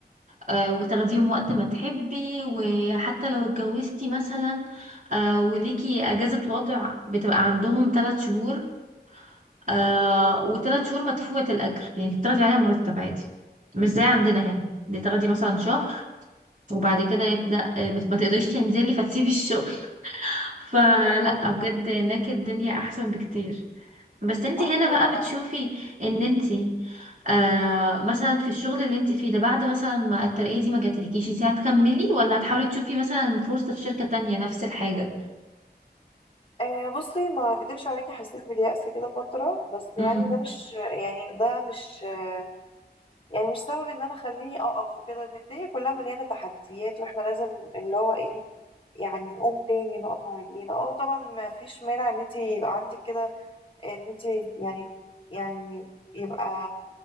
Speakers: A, on the right (about 50°); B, on the left (about 30°).
A: آه وتاخديهم وقت ما تحبي وحتى لو اتجوزتي مثلا آه وليكي اجازة وضع بتبقى عندهم ثلاث شهور آه وثلاث شهور مدفوعة الأجر يعني بتاخدي عليها مرتب عادي مش زي عندنا هنا دي تاخدي مثلا شهر وبعد كده يبدأ آه، بت- ما تقدريش تنزلي فتسيبي الشغل <laughs> فلا
B: الله
A: بجد
B: بجد
A: هناك الدنيا احسن بكتير بس انت
B: لا،
A: هنا
B: حلو
A: بقى
B: قوي
A: بتشوفي ان انت آه مثلا في الشغل اللي انت فيه ده بعد مثلا ما الترقية دي ما جاتلكيش انت هتكملي ولا هتحاولي تشوفي مثلا فرصة في شركة تانية نفس الحاجة
B: آه بصي ما اكدبش عليكي حسيت باليأس كده فترة بس
A: امم
B: يعني ده مش يعني ده مش آه يعني مش سبب ان انا خليني اقف وكده ان الدنيا كلها مليانة تحديات واحنا لازم اللي هو ايه يعني نقوم تاني نقف على رجلينا اه طبعا ما فيش مانع ان انت يبقى عندك كده ان انت يعني يعني يبقى